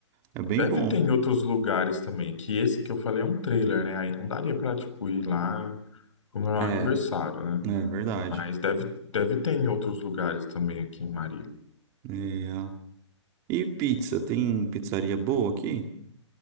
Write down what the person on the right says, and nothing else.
É bem
bom.
É,
é verdade.
É. E pizza? Tem pizzaria boa aqui?